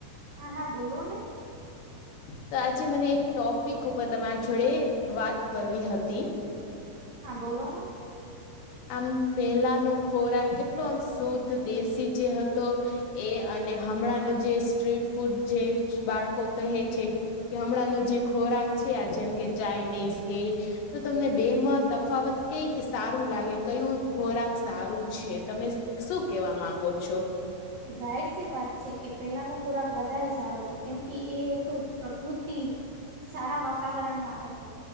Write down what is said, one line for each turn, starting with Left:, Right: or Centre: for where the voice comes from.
Right: હા હા બોલો ને
Left: તો આજે મને એક ટોપિક ઉપર તમારી જોડે વાત કરવી હતી.
Right: હા બોલો
Left: આમ પહેલાનો ખોરાક કેટલો આમ શુદ્ધ દેશી જે હતો એ અને હમણાંનો જે સ્ટ્રીટ ફૂડ જે બાળકો કહે છે. કે હમણાંનો જે ખોરાક છે જેમ કે ચાાઈનીઝ કે તો તમને બે માં તફાવત કઈક સારું લાગે કયું ખોરાક સારું છે? તમે શું કેવા માંગો છો?
Right: જાહીર છે વાત છે કે પેલાનો ખોરાક વધારે સારો હતો કેમ કે એ હતો પ્રકૃતિ સારા વાતાવરણમાં થતો